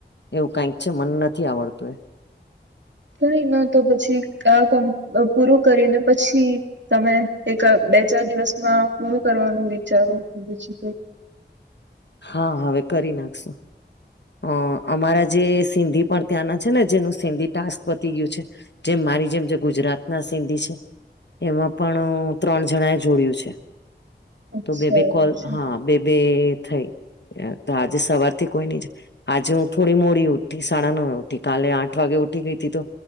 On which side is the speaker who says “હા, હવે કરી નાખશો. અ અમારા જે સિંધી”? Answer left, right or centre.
Left